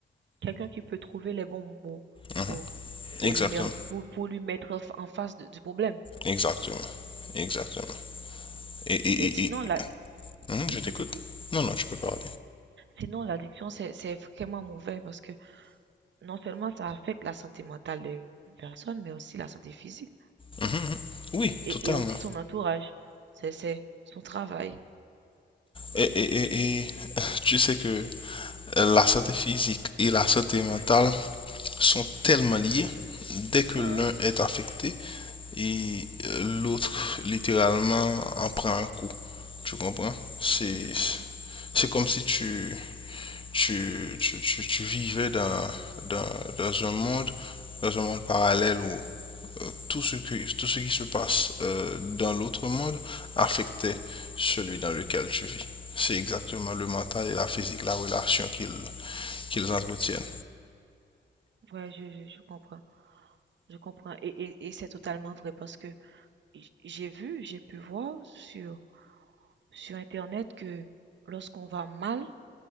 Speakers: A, on the right; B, on the left.
A: Quelqu'un qui peut trouver les bons mots
B: Mhm.
A: pour, pour
B: Exactement,
A: lui, mer- pour, pour lui mettre en fa- en face de- du problème.
B: exactement, exactement. Et,
A: Mais sinon, la,
B: Mhm,
A: Mhm,
B: je t'écoute.
A: je t'écoute.
B: Non, non, tu peux parler.
A: Sinon, l'addiction, c'est, c'est vraiment mauvais parce que non seulement ça affecte la santé mentale des personnes, mais aussi la santé physique
B: Mhm, mhm. Oui,
A: et,
B: totalement.
A: et aussi son entourage. C'est, c'est son travail.
B: Et, et, et, et <laughs> tu sais que euh, la santé physique et la santé mentale sont tellement liées. Dès que
A: Ouais,
B: l'un
A: ouais, ouais,
B: est affecté, et euh, l'autre, littéralement, en prend un coup. Tu comprends? C'est,
A: je comprends.
B: c'est comme si tu, tu, tu, tu, tu vivais dans, dans, dans un monde, dans un monde parallèle où tout ce, que, tout ce qui se passe euh, dans l'autre monde affectait celui dans lequel tu vis. C'est exactement le mental et la physique, la relation qu'ils qu'ils entretiennent.
A: Ouais, je, je, je comprends. Je comprends. Et, et, et c'est totalement vrai parce que j- j'ai vu, j'ai pu voir sur, sur Internet que lorsqu'on va mal